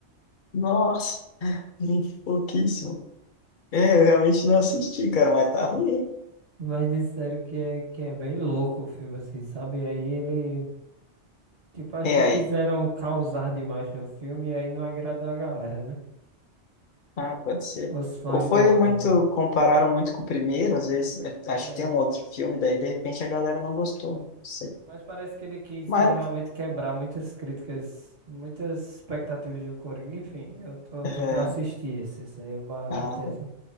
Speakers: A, on the left; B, on the right.
A: Nossa, pouquíssimo. É, eu realmente
B: <laughs>
A: não assisti, cara, mas tá ruim.
B: Mas disseram que é, que é bem louco o filme, assim, sabe? E aí ele, tipo, acho
A: É,
B: que quiseram causar demais no filme e aí não agradou a galera, né?
A: Ah, pode ser.
B: Os fãs
A: Ou foi
B: do,
A: muito,
B: do...
A: compararam muito com o primeiro, às vezes, eu acho
B: É,
A: que tem um outro filme, daí de repente a galera não gostou, não sei.
B: mas parece que ele quis
A: Mas,
B: eh, realmente quebrar muitas críticas, muitas expectativas do Coringa. Enfim, eu tô,
A: é,
B: tô pra assistir esse, isso aí eu ba-
A: ah,
B: botei
A: tá.
B: assim.